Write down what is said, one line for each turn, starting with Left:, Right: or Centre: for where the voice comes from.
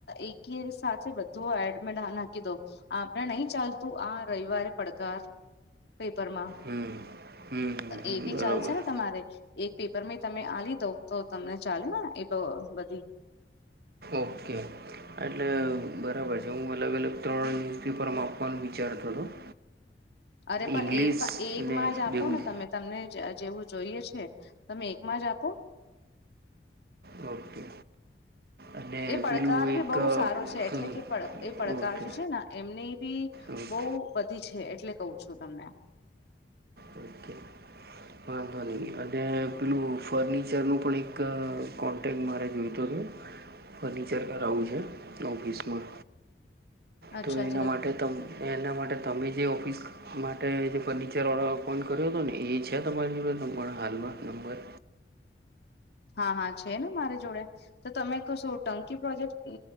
Left: એકી સાથે બધું એડમે નાખી દો. આપણે નહી ચાલતું આ રવિવારે પડકાર પેપર માં.
Right: હમ હમ હમ
Left: તો
Right: હમ
Left: એ બી
Right: બરાબર
Left: ચાલશે ને તમારે? એક પેપરમાં તમે આલી દઉં તો તમને ચાલે ને એ બધી.
Right: ઓકે. એટલે બરાબર છે હું અલગ અલગ ત્રણ ન્યુઝપેપરમાં આપવાનું વિચારતો હતો. <inaudible>
Left: અરે પણ
Right: ઇંગ્લિશ
Left: એક એક
Right: અને
Left: માં જ આપો
Right: બે ગુજરાતી
Left: ને તમે. તમને જેવું જોઈએ છે તમે એકમાં જ આપો.
Right: ઓકે. અને
Left: એ પડકાર
Right: પેલું
Left: બી
Right: એક
Left: બહુ સારો છે એટલે
Right: હમ
Left: કે એ પડકાર
Right: ઓકે
Left: જો છે ને એમની બી
Right: ઓકે
Left: બહું બધી છે એટલે કવું છું તમને.
Right: <inaudible> વાંધો નહી અને પેલું ફર્નિચર નું પણ એક કો હટેલ મારે જોઈતું હતું ફર્નિચર કરાવવું છે ઓફિસમાં. તો
Left: અચ્છા
Right: એના
Left: અચ્છા
Right: માટે ત એના માટે તમે જે ઓફિસ માટે જે ફર્નિચર વાડો કર્યો હતો ને એ છે તમારી નંબર હાલમાં નંબર?
Left: હા હા છે ને મારી જોડે. તો તમે ક શું ટંકી પ્રોજેક્ટ